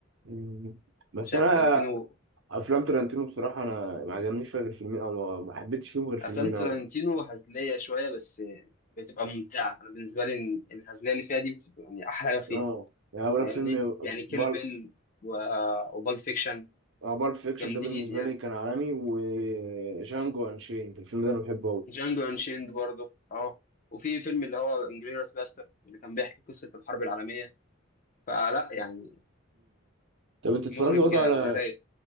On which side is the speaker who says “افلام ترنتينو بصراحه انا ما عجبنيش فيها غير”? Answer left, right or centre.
Right